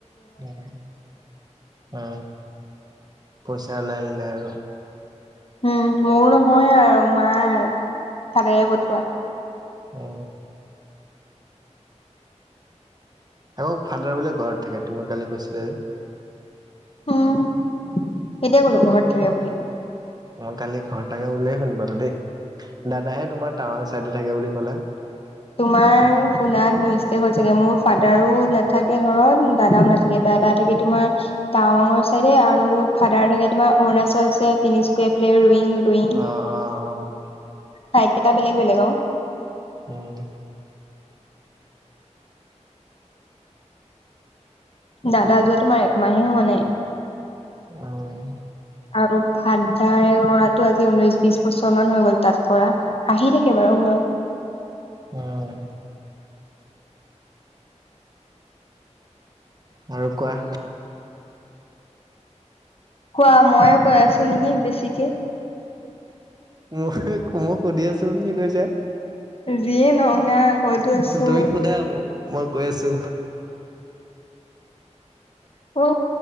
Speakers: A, on the right; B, on the left.
A: উ উ পইচা ওলাই আনিলা আৰু।
B: উম মোৰ নহয় আৰু মাৰ ফাদাৰে পঠোৱা।
A: অ আকৌ ফাদাৰ বোলে ঘৰত থাকে তুমি কালি কৈছিলা যে?
B: উম কেতিয়া কলো ঘৰত থাকে বুলি,
A: মই কালি ঘৰত থাকে বুলিয়ে শুনা পালো দেই দাদাহে তোমাৰ টাৱাং চাইডে থাকে বুলি কলা।
B: তোমাৰ শুনাত মিষ্টেক হল চাগে মোৰ ফাদাৰো নাথাকে ঘৰত দাদাও নাথাকে। দাদা থাকে তোমাৰ টাৱাঙৰ চাইডে আৰু ফাদাৰ থাকে তোমাৰ অৰুণাচল যে তিনিচুকীয়া ফালে ৰইং ৰইং।
A: অ -অ অ',
B: চাইদ কেইটা বেলেগ বেলেগ আও।
A: উম
B: দাদা যোৱা তোমাৰ একমাহে হোৱা নাই।
A: উম,
B: আৰু ফাদাৰে কৰাটো আজি ঊনৈশ বিশ বছৰ মান হৈ গ'ল তাত কৰা। আহি থাকে বাৰু ঘৰত
A: উম আৰু কোৱা,
B: কোৱা মইয়ে কৈ আছো নেকি বেছিকে।
A: মোক সেই মোক সুধি আছো বুলি কৈছে।
B: যিয়ে নহওক না কৈতো আছো
A: তুমি সোধা মোক, মই কৈ আছোঁ
B: অ